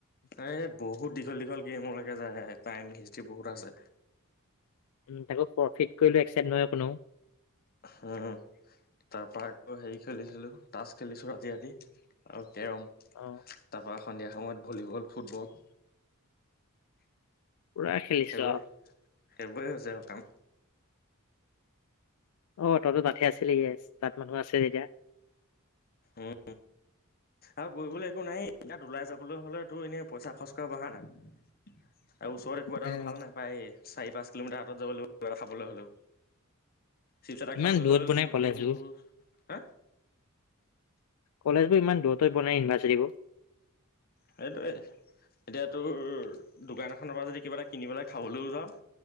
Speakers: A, on the left; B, on the left.
A: এই বহুত দীঘল-দীঘল গেমলৈকে যায় টাইম হিষ্টৰী বহুত আছে।
B: উম তাকো প্ৰফিট কৰিকেও এক চেইড নহয় কোনো।
A: হম। তাৰ পৰা আকৌ হেৰি খেলিছিলো তাছ খেলিছো ৰাতি-ৰাতি আৰু কেৰম।
B: অ'
A: তাৰপৰা সন্ধিয়া সময়ত ভলীবল, ফুটবল।
B: পুৰা খেলিছ
A: সেইবোৰে
B: আও।
A: সেইবোৰে হৈছে আৰু কাম।
B: অ তইটো তাতহে আছিলি ইয়েছ তাত মানুহ আছে যেতিয়া।
A: উম আৰু কৰিবলে একো নায়ে ইয়াত ওলাই যাবলৈ হ'লে তোৰ ইনেয়ে পইচা খৰচ কৰা বাহানা। আৰু ওচৰত একো এডাল
B: উম।
A: ভাল নেপায়ে। চাৰি পাঁচ কিলোমিটাৰ আঁতৰত যাব লাগিব কিবা এটা খাবলৈ হ'লেও। চিপচ এটা
B: ইমান
A: খাবলৈ
B: দূৰত
A: হ'লেও
B: বনাই
A: তোৰ
B: কলেজবোৰ
A: তোৰ, হে?
B: কলেজবোৰ ইমান দূৰত দূৰত বনাই ইউনিভাৰ্চিটিবোৰ।
A: সেইটোৱে, এতিয়া তোৰ দোকান এখনৰ পৰা যদি কিবা এটা কিনি পেলাই খাবলৈও যাৱ